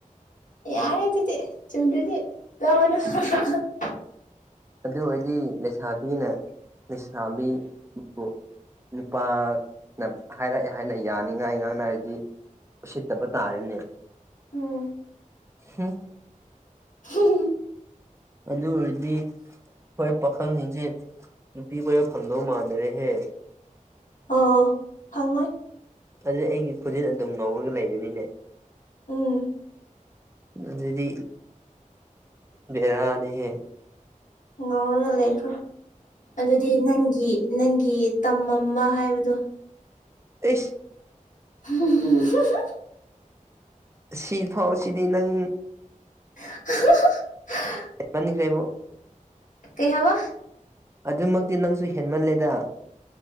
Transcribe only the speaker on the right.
ꯑꯗꯨ ꯑꯣꯏꯗꯤ ꯂꯩꯁꯥꯕꯤꯅ ꯂꯩꯁꯥꯕꯤꯕꯨ ꯅꯨꯄꯥꯅ ꯍꯥꯏꯔꯛꯑꯦ ꯍꯥꯏꯅ ꯌꯥꯅꯤꯡꯉꯥꯏ ꯉꯥꯡꯅꯔꯗꯤ ꯎꯁꯤꯠꯇꯕ ꯇꯥꯔꯦꯅꯦ
ꯍꯨꯝ
ꯑꯗꯨ ꯑꯣꯏꯔꯗꯤ ꯄꯥ ꯈꯪꯁꯤꯡꯁꯦ ꯅꯨꯄꯤ ꯀꯣꯏꯕ ꯐꯪꯗꯧ ꯃꯥꯟꯗꯔꯦꯍꯦ
ꯑꯗꯨꯗꯤ ꯑꯩꯒꯤ ꯈꯨꯖꯤꯜ ꯑꯗꯨꯝ ꯉꯧꯔꯒ ꯂꯩꯔꯅꯤꯅꯦ
ꯑꯗꯨꯗꯤ ꯕꯦꯔꯥꯅꯤꯍꯦ
ꯑꯩꯁ
ꯁꯤ ꯐꯥꯎ ꯁꯤꯗꯤ ꯅꯪ
ꯄꯟꯈ꯭ꯔꯦꯕꯣ
ꯑꯗꯨꯃꯛꯇꯤ ꯅꯪꯁꯨ ꯍꯦꯟꯃꯟꯂꯦꯗ